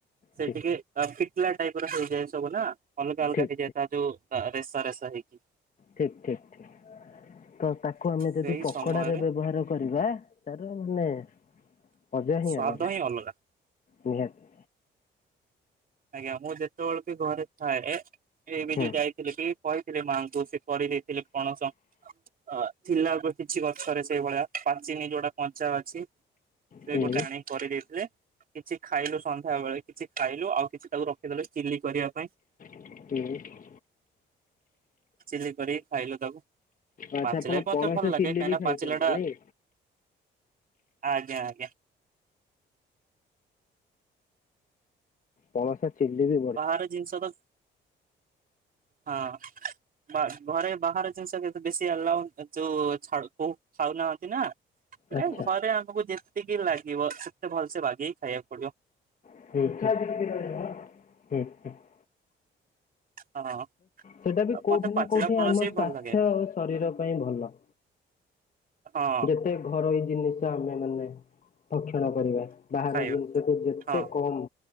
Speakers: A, on the right; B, on the left.
A: ସେ
B: ଠିକ
A: ଟିକେ <unintelligible> ଶୁଖିଲା ଟାଇପର ହେଇଯାଏ ସବୁ ନା ଅଲଗ- ଅଲଗା
B: ଠିକ
A: ହେଇଯାଏ ତା ଯୋଉ ତା ରେସା-ରେସା ହେଇକି,
B: ଠିକ୍-ଠିକ୍-ଠିକ୍ ତ ତାକୁ ଆମେ ଯଦି
A: ସେଇ
B: ପକୋଡ଼ାରେ
A: ସମୟରେ
B: ବ୍ୟବହାର କରିବା, ତାର ମାନେ ମଜା ହିଁ
A: ସ୍ଵାଦ
B: ଅଲଗ୍
A: ଅଲଗା
B: ନିହାତି,
A: ଆଜ୍ଞା ମୁଁ ଯେତେବେଳେ ବି ଘରେ ଥାଏ ଏବେ
B: ହୁଁ।
A: ଯୋଉ ଯାଇଥିଲି କି ପଇ, ଥିଲେ ମାଆଙ୍କୁ ସେ କରିଦେଇଥିଲେ ପଣସ ଅ ଥିଲା କିଛି ଗଛରେ ସେଇଭଳିଆ ପାଚିନି ଯୋଉଟା କଞ୍ଚା ଅଛି। ସେ
B: ହୁଁ
A: ଗୋଟେ ଆଣିକି କରିଦେଇଥିଲେ କିଛି ଖାଇଲୁ ସନ୍ଧ୍ୟା ବେଳେ କିଛି ଖାଇଲୁ ଆଉ କିଛି ତାକୁ ରଖିଦେଲେ ଚିଲି କରିବା ପାଇଁ।
B: ହୁଁ।
A: ଚିଲି କରିକି ଖାଇଲୁ ତାକୁ
B: ଆଚ୍ଛା
A: ପାଚିଲା
B: ଆପଣ
A: ବି ମତେ
B: ପଣସ
A: ଭଲ ଲାଗେ
B: ଚିଲି
A: କାହିଁକି
B: ବି ଖାଇଛନ୍ତି
A: ପାଚିଲା ଟା
B: ନାଇଁ?
A: ଆଜ୍ଞା ଆଜ୍ଞା।
B: ପଳାସ <unintelligible> ଚିଲିବି
A: ବାହାର ଜିନିଷ ତ ହଁ। ବା ଘରେ ବାହାର ଜିନିଷ କେତେ ବେଶୀ ଆଲାଉ ଯୋଉ ଝା କୋଉ ଖାଉନାହାନ୍ତି ନା।
B: ଆଚ୍ଛା
A: ଘରେ ଆମକୁ ଯେତିକି ଲାଗିବ ସେତେ ଭଲ ସେ ବାଗେଇକି ଖାଇବାକୁ ପଡିବ।
B: <inaudible>
A: ହଁ।
B: ସେଇଟା ବି
A: ଆଉ
B: କୋଉଠି
A: ମତେ ପାଚିଲା
B: ନା କୋଉଠି
A: ପଣସ
B: ଆମ
A: ବି
B: ସ୍ଵାସ୍ଥ୍ୟ
A: ଭଲ ଲାଗେ
B: ଆଉ ଶରୀର ପାଇଁ ଭଲ।
A: ହଁ।
B: ଏ ଘରୋଇ ଜିନିଷ ଆମେ ମାନେ ଭକ୍ଷଣ କରିବା। ବାହାର
A: ଖାଇବା
B: ଜିନିଷଠୁ ଯେତେ
A: ହଁ
B: କମ